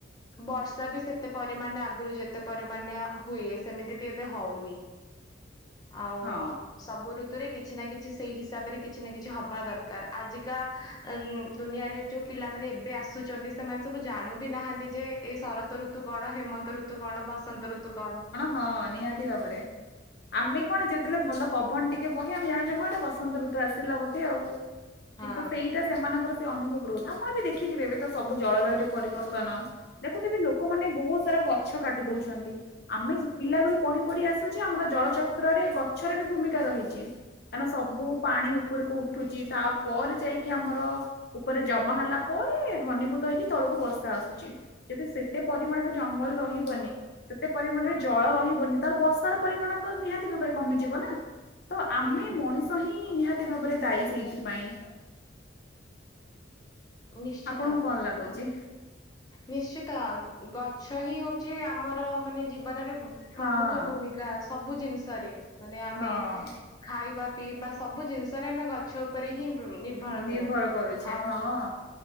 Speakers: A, on the left; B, on the left.
A: ବର୍ଷା ବି ସେତେ ପରିମାଣ ଆଗରୁ ଯେତେ ପରିମାଣ ‌ରେ ହୁଏ ସେମିତି ବି ଏବେ ହଉନି ଆଉ
B: ହଁ
A: ସବୁ ଋ ଋତୁ ରେ କିଛି ନା କିଛି ସେଇ ହିସାବରେ କିଛି ନା କିଛି ହବା ଦରକାର ଆଜିକା ଦୁନିଆରେ ଯୋଉ ପିଲାମାନେ ଏବେ ଆସୁଛନ୍ତି ସେମାନେ ସବୁ ଜାଣୁ ବି ନାହାନ୍ତି ଯେ ଏ ଶରତ ଋତୁ କଣ ହେମନ୍ତ ଋତୁ କଣ ବସନ୍ତ ଋତୁ କଣ?
B: ହଁ ନିହାତି ଭାବରେ। ଆମେ କଣ ଯେତେବେଳେ ଭଲ ପବନ ଟିକେ ବହେ ଆମେ ଜାଣିଛେ ହଁ ଏଇଟା ବସନ୍ତ ଋତୁ ଆସିଲା ବୋଧେ ଆଉ।
A: ହଁ
B: କିନ୍ତୁ ସେଇଟା ସେମାନଙ୍କର ସେ ଅନୁଭବ ରହୁନି ଆପଣ ବି ଦେଖିଥିବେ ଏବେ ତ ସବୁ ଜଳବାୟୁ ରେ ପରିବର୍ତ୍ତନ ଦେଖୁଥିବେ ଲୋକମାନେ ବହୁତ୍ ସାରା ଗଛ କାଟି ଦଉଛନ୍ତି। ଆମେ ପିଲା ବେଳୁ ପଢ଼ି ପଢ଼ି ଆସୁଛେ ଆମର ଜଳଚକ୍ରରେ ଗଛରେ ବି ଭୂମିକା ରହିଛି। କାଇଁ ନା ସବୁ ପାଣି ଉପରକୁ ଉଠୁଛି ତାପରେ ଯାଇକି ଆମର ଉପରେ ଜମା ହେଲା ପରେ ଘନୀଭୂତ ହେଇକି ତଳକୁ ବର୍ଷା ଆସୁଛି। ଯଦି ସେତେ ପରିମାଣରେ ଜଙ୍ଗଲ ରହିବନି। ସେତେ ପରିମାଣରେ ଜଳ ରହିବନି ତାହେଲେ ବର୍ଷାର ପରିମାଣ ତ ନିହାତି ଭାବରେ କମିଯିବ ନା। ତ ଆମେ
A: ହୁଁ
B: ମଣିଷ ହିଁ ନିହାତି ଭାବରେ ଦାୟୀ ସେଇଥିପାଇଁ।
A: ନିଶ୍ଚିତ।
B: ଆପଣଙ୍କୁ କଣ ଲାଗୁଛି?
A: ନିଶ୍ଚିତ ଗଛ ହିଁ ହଉଛି ଆମର ମାନେ ଜୀବନରେ ପ୍ରମୁଖ
B: ହଁ
A: ଭୂମିକା ସବୁ ଜିନିଷରେ ମାନେ
B: ହଁ
A: ଆମେ ଖାଇବା, ପିଇବା ସବୁ ଜିନିଷରେ ଆମେ ଗଛ ଉପରେ ହିଁ ନିର୍ଭରଶୀଳ।
B: ନିର୍ଭର କରୁଛେ
A: ଆଉ
B: ହଁ।